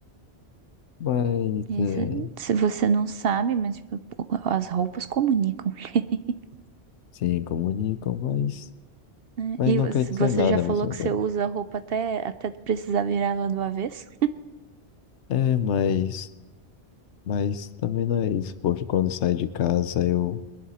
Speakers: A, on the left; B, on the right.
A: Mas,
B: E
A: é,
B: se, se você não sabe, mas tipo, as roupas comunicam. <laughs>
A: sim, comunicam, mas,
B: né?
A: mas
B: E
A: não
B: você
A: quer dizer
B: você
A: nada
B: já falou
A: ao mesmo
B: que
A: tempo.
B: você usa a roupa até, até precisar virar ela do avesso?
A: É, mas, mas também não é isso, porque quando saio de casa eu